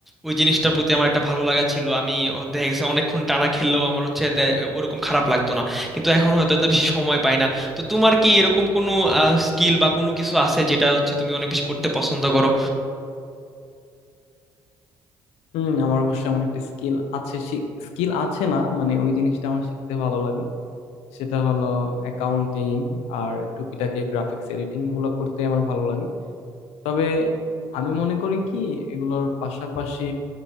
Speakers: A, in the centre; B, on the left.
A: ওই জিনিসটার প্রতি আমার একটা ভালো লাগা ছিল আমি দেখা গেছে অনেকক্ষণ টানা খেললেও আমার হচ্ছে তে- ওরকম খারাপ লাগতো না কিন্তু এখন হয়তো এত বেশি সময় পাই না তো তোমার কি এরকম কোনো স্কিল বা কোনো কিছু আছে যেটা হচ্ছে তুমি অনেক বেশি করতে পছন্দ করো
B: হুম আমার অবশ্যই এমন একটা স্কিল আছে স্কিল আছে না মানে ওই জিনিসটা আমার শিখতে ভালো লাগে সেটা হলো অ্যাকাউন্টিং আর টুকিটাকি গ্রাফিক্স এডিটিং এগুলো করতে আমার ভালো লাগে তবে আমি মনে করি কি এগুলোর পাশাপাশি